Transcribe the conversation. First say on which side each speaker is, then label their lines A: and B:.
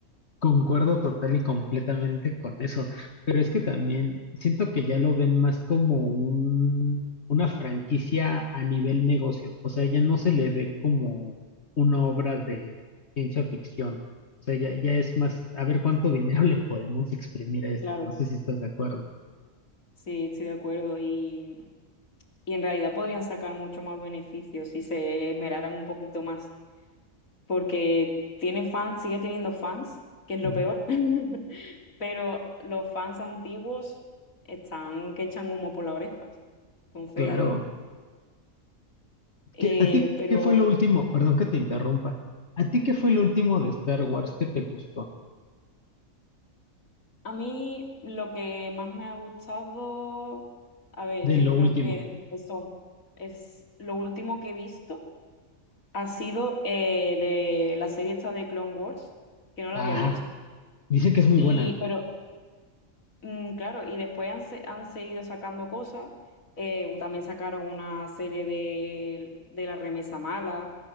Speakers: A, on the left; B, on the left.
A: concuerdo total y completamente con eso, pero es que también siento que ya lo ven más como un, una franquicia a nivel negocio, o sea, ya no se le ve como una obra de ciencia ficción, o sea, ya, ya es más, a ver cuánto dinero <laughs> le podemos exprimir a esto,
B: Claro,
A: no sé si estás de acuerdo.
B: sí, estoy de acuerdo. Y, y en realidad podrían sacar mucho más beneficios si se esmeraran un poquito más. porque tiene fans, sigue teniendo fans, que es lo
A: Ujú.
B: peor, <laughs> pero los fans antiguos están que echan humo por las orejas. Entonces,
A: Claro,
B: eh,
A: ¿Qué, a ti
B: pero
A: qué fue lo último? Perdón que te interrumpa. ¿A ti qué fue lo último de Star Wars que te gustó?
B: a mí lo que más me ha gustado, a ver,
A: De
B: es que
A: lo
B: yo
A: último.
B: creo que eso es lo último que he visto, ha sido eh, de la serie esta de Clone Wars, que no la
A: Ajá,
B: había visto.
A: dice que es muy
B: Y,
A: buena.
B: pero Mm, claro, y después han, se- han seguido sacando cosas. eh, también sacaron una serie de, de La Remesa Mala.